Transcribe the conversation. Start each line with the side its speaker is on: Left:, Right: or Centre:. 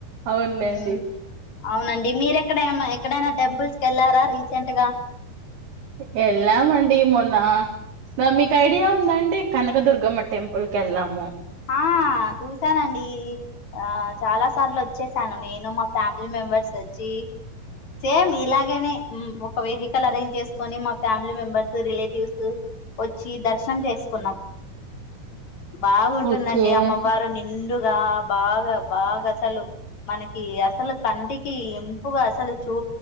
Right: అవునులేండి
Left: ఉ ఆ అవునండి మీరు ఎక్కడైనా మా ఎక్కడైనా టెంపుల్స్ కి వెళ్ళారా రీసెంట్ గా
Right: వెళ్ళమండి మొను దా మీకు ఐడియా ఉందండి కనకదుర్గమ్మ టెంపుల్ కి వెళ్ళాము
Left: ఆ చూసానండి ఆ చాలా సార్లు ఆ వచ్చేసాను నేను మా ఫ్యామిలీ మెంబర్స్ వచ్చి సేమ్ ఇలాగేనే ఒక వెహికల్ అరేంజ్ చేసుకొని మా ఫ్యామిలీ మెంబెర్స్ రిలేటివ్స్ వచ్చి దర్శనం చేసుకున్నాం బాగుంటుందండి
Right: ఓకే
Left: అమ్మవారు నిండుగా బాగా బాగా అసలు మనకి అసలు కంటికి పుగా అసలు చూ